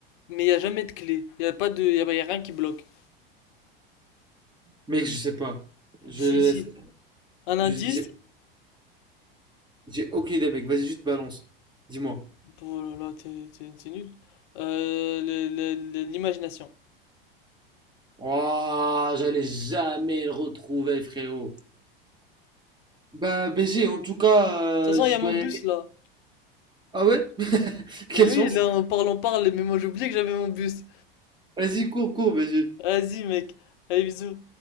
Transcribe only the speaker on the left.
mais il n'y a jamais de clé. Il n'y a pas de... Il y a, y a rien qui bloque.
Si,
si.
Un
indice...
Oh là là, t'es, t'es- t'es nul. Euh, le- le- le- l'imagination. De
toute façon,
il y a
mon
bus
là.
Mais
oui, là on parle, on parle, mais moi j'ai oublié que j'avais mon bus.
Vas-y mec, allez bisous.